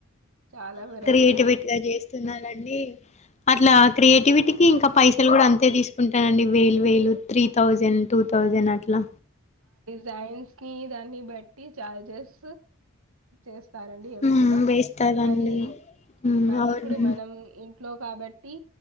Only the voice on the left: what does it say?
వీటుబట్టుగా చేస్తున్నానండి అట్లా క్రియేటివిటీ ఇంకా పైస
కూడా అంతే తీసుకు ఉంటానండి వేలు వేలు త్రీ థౌజండ్ టూ థౌజండ్ అట్లా
హ్మ్ వేస్తారండి
హ్మ్
అవును